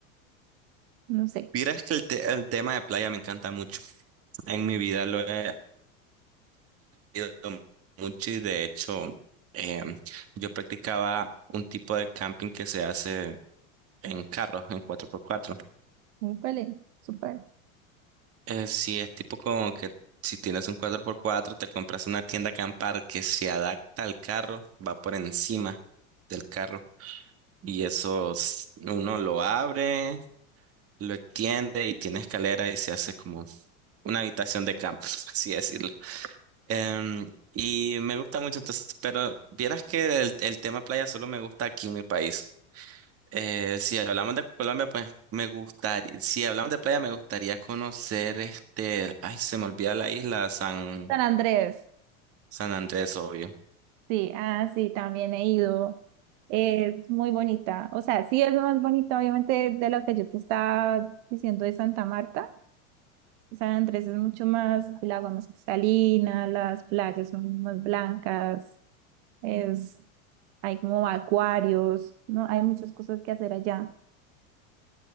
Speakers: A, on the right; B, on the right.
A: No sé.
B: Vieras que el, te- el tema de playa me encanta mucho. En mi vida lo he leído mucho y de hecho em, yo practicaba un tipo de camping que se hace en carros, en cuatro por cuatro
A: Súper, súper.
B: Eh, sí, es tipo como que si tienes un cuatro por cuatro te compras una tienda acampar que se adapta al carro, va por encima del carro. Y eso s- uno lo abre, lo extiende y tiene escalera y se hace como una habitación de campo, <laughs> por así decirlo. Em, y me gusta mucho, entonces, pero vieras que el, el tema playa solo me gusta aquí en mi país. Eh, si hablamos de Colombia, pues me gustaría, si hablamos de playa, me gustaría conocer este, ay, se me olvida la isla, San,
A: San Andrés.
B: San Andrés, obvio.
A: Sí, ah, sí, también he ido. Es muy bonita. O sea, sí es lo más bonita, obviamente, de lo que yo te estaba diciendo de Santa Marta. San Andrés es mucho más, el agua más cristalina, las playas son más blancas, es, hay como acuarios, ¿no? Hay muchas cosas que hacer allá.